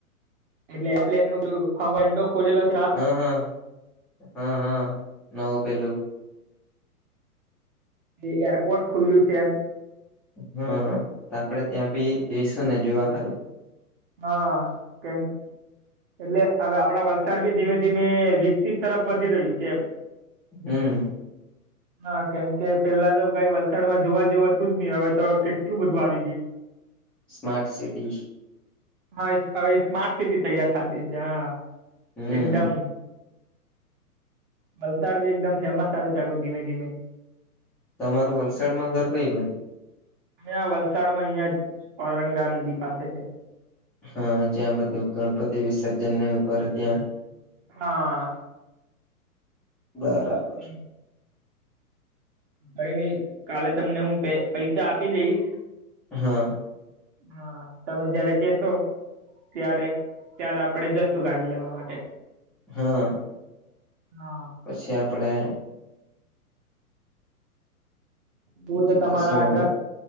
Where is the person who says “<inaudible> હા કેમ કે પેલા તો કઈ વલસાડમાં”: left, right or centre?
Right